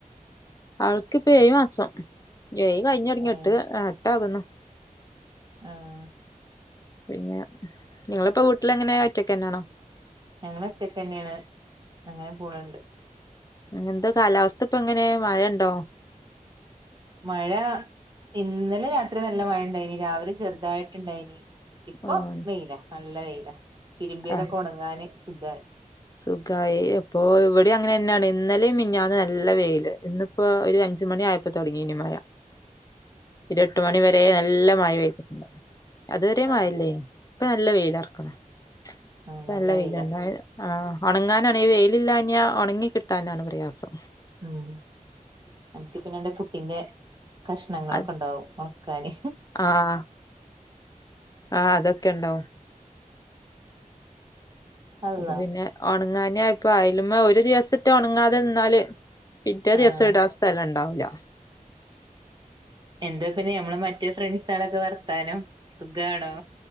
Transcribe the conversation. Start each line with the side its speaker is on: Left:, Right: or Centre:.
Left: അവൾ‌ക്കിപ്പ എഴ് മാസം ഏഴ് കഴിഞ്ഞ് തൊടങ്ങി
Right: ഏഹ്
Left: എട്ട് ആഹ് എട്ടാകുന്നു
Right: ആഹ്
Left: പിന്നെ നിങ്ങളിപ്പൊ വീട്ടിലെങ്ങനെ ഒറ്റക്ക് തന്നെയാണോ
Right: ഞങ്ങളൊറ്റക്ക് തന്നെയാണ് അങ്ങനെ പോണെണ്ട്
Left: അങ്ങെന്താ കാലാവസ്ഥിപ്പ എങ്ങനേ മഴ എണ്ടോ
Right: മഴ ഇന്നലെ രാത്രി നല്ല മഴ എണ്ടായിനി രാവിലെ ചെറുതായിട്ടെണ്ടായിനി ഇപ്പൊ
Left: ആഹ്
Right: വെയിലാ നല്ല വെയില തിരുമ്പിയതൊക്കെ
Left: ആഹ്
Right: ഒണങ്ങാന് സുഖായി
Left: സുഖായി അപ്പൊ ഇവിടെയും അങ്ങനെ തന്നെയാണ് ഇന്നലെയും മിനിഞ്ഞാന്നും നല്ല വെയില് ഇന്ന് ഇപ്പൊ ഒരു അഞ്ചു മണി ആയപ്പൊ തൊടങ്ങീനി മഴ
Right: ഉ
Left: ഒരു എട്ട് മണി വരേ നല്ല മഴ പെയ്തിട്ടിണ്ട് അതുവരെ
Right: ആഹ്
Left: മഴ ഇല്ലേനി ഇപ്പ നല്ല വെയിലൊറക്കണ്
Right: ആഹ്
Left: ഇപ്പൊ നല്ല
Right: വെയിലാ
Left: വെയിലെ <unintelligible> ആഹ് ഒണങ്ങാനാണ് ഈ വെയിലില്ലാഞ്ഞാ ഒണങ്ങി കിട്ടാനാണ് പ്രയാസം
Right: ഉം എനിക്ക് പിന്നെ എന്റെ കുട്ടീന്റെ കഷ്ണങ്ങളൊക്കെ
Left: അത്
Right: എണ്ടാവും ഒണക്കാന്
Left: ആഹ് ആഹ് അതൊക്കെ എണ്ടാവും
Right: അള്ളാ
Left: അപ്പൊ പിന്നെ ഒണങ്ങാനെയപ്പ അയല്മ്മ ഒരു ദിവസിട്ട ഒണങ്ങാതെ നിന്നാല് പിറ്റെ
Right: ആഹ്
Left: ദിവസം ഇടാൻ സ്ഥലം എണ്ടാവൂല്ല
Right: എന്താ പിന്നെ ഞമ്മളെ മറ്റേ ഫ്രണ്ട്സളൊക്കെ വർത്താനം സുഖാണോ